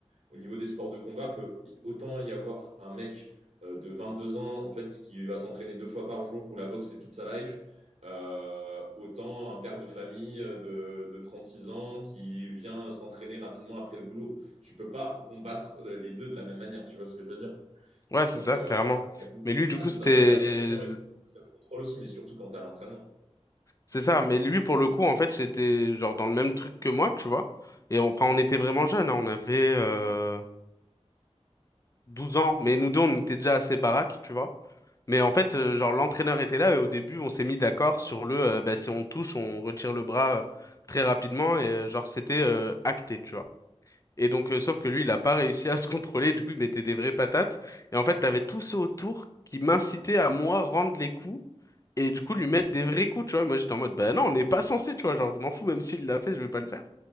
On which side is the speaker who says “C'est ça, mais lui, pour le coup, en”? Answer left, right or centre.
Left